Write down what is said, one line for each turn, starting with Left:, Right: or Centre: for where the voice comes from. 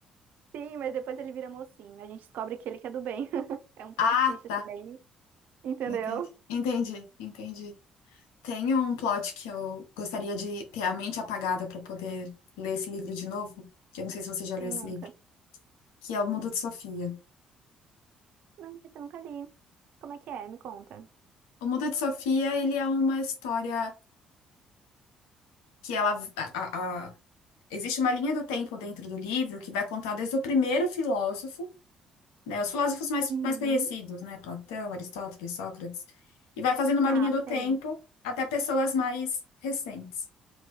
Right: Sim, mas depois ele vira mocinho. A gente descobre que ele que é do bem. <laughs> É um plot
Left: Ah,
Right: twist
Left: tá.
Right: assim, bem. Entendeu?
Left: Entendi. Entendi, entendi. Tem um plot que eu gostaria de ter a mente apagada para poder ler esse livro de novo, que eu não sei se você já leu
Right: Quem
Left: esse
Right: nunca?
Left: livro, que é O Mundo de Sofia.
Right: Não, esse eu nunca li. Como é que é? Me conta.
Left: O Mundo de Sofia, ele é uma história que ela a- a- a- existe uma linha do tempo dentro do livro que vai contar desde o primeiro filósofo né? Os filósofos mais,
Right: Uhum.
Left: mais conhecidos, né? Platão, Aristóteles, Sócrates. E vai fazendo uma
Right: Tá,
Left: linha do
Right: sei.
Left: tempo até pessoas mais recentes.